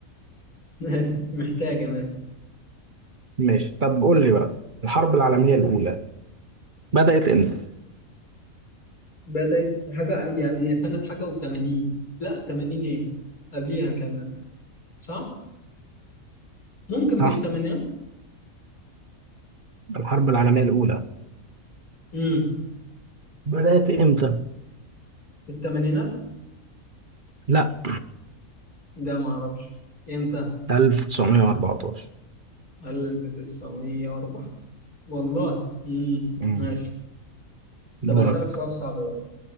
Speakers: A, on the left; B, on the right.
A: ماشي مش محتاجه ماشي
B: ماشي طب قول لي بقى الحرب العالميه الاولى بدات امتى
A: بدات حاجه يعني هي سنه حاجه و80 لا 80 ايه قبليها كمان صح ممكن في
B: صح
A: الثمانينات
B: الحرب العالميه الاولى
A: امم
B: بدات امتى
A: في الثمانينات
B: لا
A: ده ما اعرفش امتى
B: 1914
A: 1904 والله امم
B: مم.
A: ماشي طب
B: دورك
A: هسألك سؤال صعب بقى